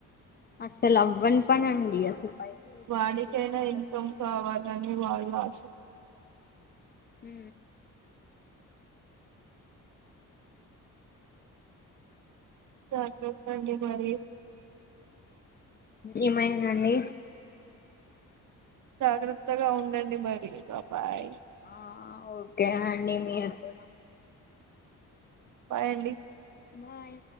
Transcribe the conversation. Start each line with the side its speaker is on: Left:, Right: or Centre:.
Left: అసలు అవ్వని పని అండి అసలు పైసలు లేకపోతే
Right: వాడికైనా
Left: ఏం అవ్వదు
Right: ఇన్కమ్ కావాలని వాడి అ
Left: హ
Right: చార్ పాన్ని మారారి
Left: ఏమైందండి
Right: జాగ్రత్తగా ఉండండి మరి బబాయ్
Left: ఆ ఓకే అన్న మీరుకోద
Right: పయంండి
Left: బాయ్